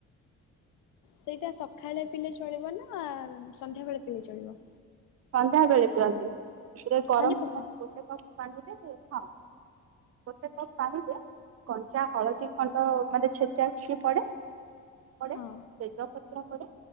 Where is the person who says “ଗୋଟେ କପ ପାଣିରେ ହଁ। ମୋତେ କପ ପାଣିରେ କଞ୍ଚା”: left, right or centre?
Right